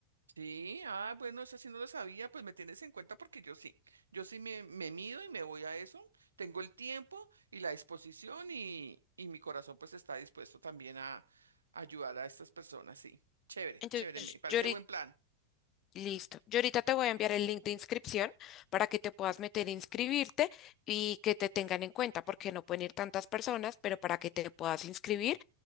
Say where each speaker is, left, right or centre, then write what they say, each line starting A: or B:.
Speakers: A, on the right (about 75°); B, on the left (about 30°).
A: Sí, ah, bueno, eso sí no lo sabía, pues me tienes en cuenta porque yo sí, yo sí me, me mido y me voy a eso, tengo el tiempo y la disposición y, y mi corazón pues está dispuesto también a, a ayudar a estas personas, sí, chévere,
B: Entonces,
A: chévere, me parece
B: yo ahorita,
A: buen plan.
B: listo. Yo ahorita te voy a enviar el link de inscripción para que te puedas meter a inscribirte y que te tengan en cuenta, porque no pueden ir tantas personas, pero para que te puedas inscribir